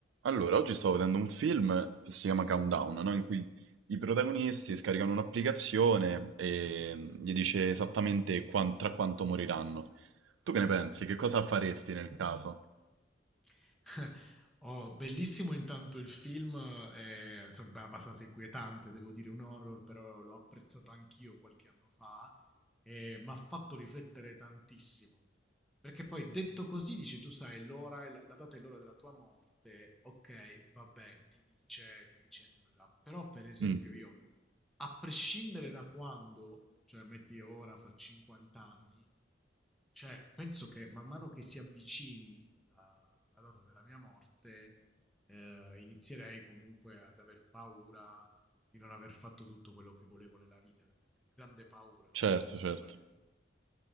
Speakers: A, on the right; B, in the centre.
A: Allora, oggi stavo vedendo un film che si chiama Countdown, no? In cui i protagonisti scaricano un'applicazione e mm, gli dice esattamente quan- tra quanto moriranno. Tu che ne pensi? Che cosa faresti nel caso?
B: <laughs> Oh, bellissimo intanto il film, è, insomma, beh, abbastanza inquietante, devo dire un horror, però l'ho apprezzato anch'io qualche anno fa e mi ha fatto riflettere tantissimo. Perché poi detto così, dici tu sai l'ora, e la la data e l'ora della tua morte, ok, vabbè, ti dice, ti dice nulla. Però per esempio
A: Mm,
B: io a prescindere da quando, cioè metti ora fra 50 anni, cioè penso che man mano che si avvicini la, la data della mia morte, eh, inizierei comunque ad aver paura di non aver fatto tutto quello che volevo nella vita. È la mia più grande paura.
A: certo,
B: Non so
A: certo.
B: quale